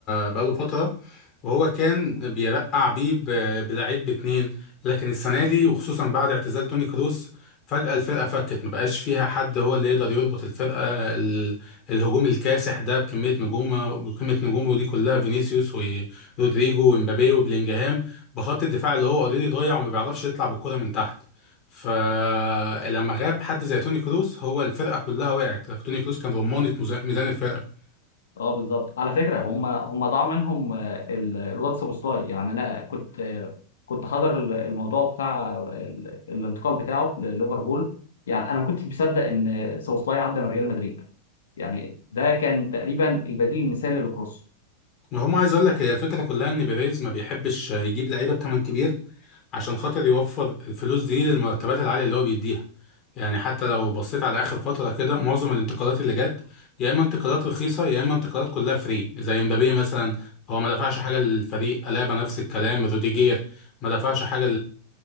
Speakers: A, on the left; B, on the left.
A: بقاله فتره وهو كان بيرقع بيه ب- بلعيب باتنين لكن السنه دي وخصوصا بعد اعتزال توني كروس فجاه الفرقه فكت ما بقاش فيها حد هو اللي يقدر يربط الفرقه ال- الهجوم الكاسح ده بكميه نجومه بكميه نجومه دي كلها فينيسيوس ورودريجو ومبابي وبلينجهام بخط الدفاع اللي هو اوريدي ضايع وما بيعرفش يطلع بالكره من تحت فلما غاب حد زي توني كروس هو الفرقه كلها وقعت توني كروس كان رمانه ميزان الفرقه
B: اه بالظبط على فكره هم هم ضاع منهم آه، ال- الواتس بوستاي يعني انا كنت آه، كنت حاضر ال- الموضوع بتاع ال- الانتقال بتاعه لليفربول يعني انا ما كنتش مصدق ان سوبوسلاي عدى من ريال مدريد يعني ده كان تقريبا البديل المثالي لكروس
A: ما هم عايز اقول لك هي الفكره كلها ان بيريز ما بيحبش يجيب لعيبه بثمن كبير عشان خاطر يوفر الفلوس دي للمرتبات العاليه اللي هو بيديها يعني حتى لو بصيت على اخر فتره كده معظم الانتقالات اللي جت يا اما انتقالات رخيصه يا اما انتقالات كلها فري زي مبابي مثلا هو ما دفعش حاجه للفريق الابا نفس الكلام روديجير ما دفعش حاجه